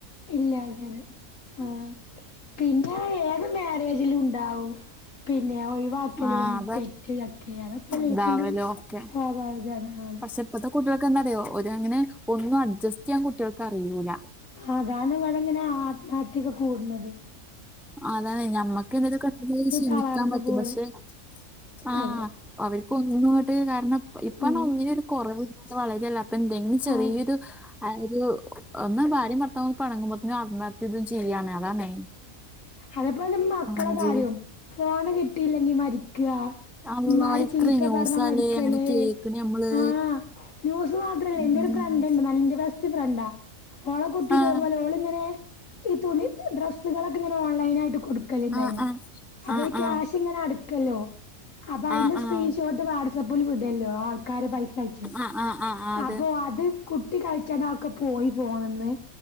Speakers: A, on the left; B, in the centre.
A: ഇല്ല അതെ അതെ ആഹാ പിന്നെ അഹ് ഏത് മേരേജിലുണ്ടാവും പിന്നെ ഒഴിവാക്കലും
B: ആഹ് അതെ
A: തെറ്റ് ക്കെ അതൊക്കെ എല്ലാത്തിലും.
B: ഇതാവലും ഒക്കെ
A: സ്വാഭാവികാണ് ആന്ന്.
B: പക്ഷെ ഇപ്പത്തെ കുട്ടികൾക്ക്ന്താറിയോ ഒര് അങ്ങനെ ഒന്നും അഡ്ജസ്റ്റ് ചെയ്യാൻ കുട്ട്യാൾക്ക് അറിയൂല്ല
A: അതാണ് ഇവിടെങ്ങനെ ആത്മഹത്യക്കെ കൂടണത്
B: അതാണ് ഞമ്മക്ക് ന്താലും കണ്ട്ന് ക്ഷമിക്കാൻ
A: തളർന്നു
B: പറ്റും
A: പോണ്
B: പക്ഷെ ആഹ്
A: അതെ
B: അവർക്ക് ഒന്നുംങ്ങട്ട് കാരണം ഇപ്പൊന്നിനും
A: ഉം
B: ഒരു കുറവില്ലാത വളരെല്ലേ അപ്പൊ എന്തേ ന്നേ ചെറിയൊരു
A: അത്
B: ഒരു ഒന്ന് ഭാര്യം ഭർത്താ പെണങ്ങുമ്പോത്തനും ആത്മ ഇതുംചെയ്യണേ അതാണേ
A: അതെപ്പോലും മക്കളെ
B: ആഹ്
A: കാര്യും
B: ജി
A: ഫോണ് കിട്ടില്ലെങ്കി മരിക്കാ
B: അള്ളാ
A: ഇമ്മാര്
B: എത്ര
A: ചീത്ത
B: ന്യൂസാലേ
A: പറഞ്ഞ മരിക്കല്
B: അങ്ങനെ കേക്ക്ണ് നമ്മള്
A: ആഹ് ജ് മാത്രല്ലേ
B: ഉം
A: എന്റെ ഒരു ഫ്രണ്ട്ണ്ട് ഞ ന്റേ ബെസ്റ്റ് ഫ്രണ്ടാ ഓളെ കുട്ടിയതേപോലെ
B: ആഹ്
A: ഓള്ങ്ങനെ ഈ തുണി ഡ്രസ്സുകളൊക്കെ ഇങ്ങനെ ഓൺലൈനായിട്ട് കൊടുക്കലുണ്ടായിനു
B: ആഹ് ആഹ്
A: അപ്പൊ ഈ ക്യാഷ്
B: ആഹ്
A: ഇങ്ങനെ അടു ല്ലോ അപ്പൊ അതിന്റെ
B: ആഹ് ആഹ്
A: സ്ക്രീൻഷോട്ട് വാട്സആപ്പിൽ വിടല്ലോ ആൾക്കാര് പൈസ അയച്ചേ.
B: ആഹ് ആഹ് ആഹ് ആഹ് ആഹ് ആഹ് അതെ
A: അപ്പൊ അത് കുട്ടി കളിചാണ്ട ഒക്കെ പോയി ഫോണ്ന്ന്